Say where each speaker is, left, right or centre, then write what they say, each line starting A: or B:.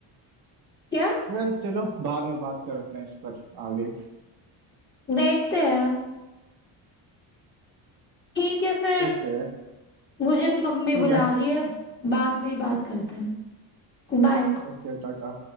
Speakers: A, on the left; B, on the right.
A: क्या
B: खैर चलो बाद में बात करते हैं इस पर आगे
A: देखते हैं ठीक है फिर
B: ओके
A: मुझे भी मम्मी
B: ठीक
A: बुला
B: है
A: रही है बाद में ही बात करते हैं बाय
B: ओके टाटा